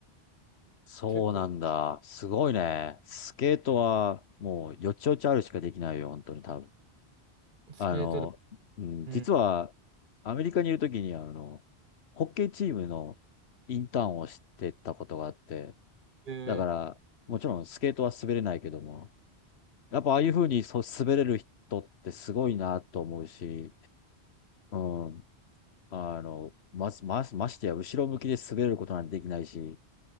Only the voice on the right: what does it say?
結構
スケートだ、
うん、
えー